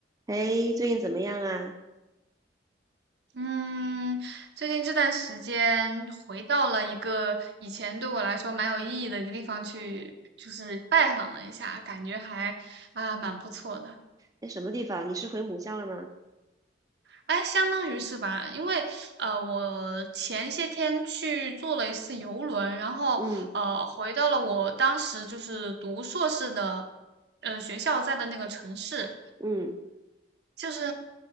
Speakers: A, on the right; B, on the right.
A: 哎，最近怎么样啊？
B: 嗯，最近这段时间回到了一个以前对我来说蛮有意义的一个地方去，就是拜访了一下，感觉还啊、蛮不错的。
A: 在什么地方？你是回母校了吗？
B: 哎，相当于是吧，因为呃，我前些天去坐了一次游轮，然后呃，
A: 嗯
B: 回到了我当时就是读硕士的呃学校在的那个城市，
A: 嗯
B: 就是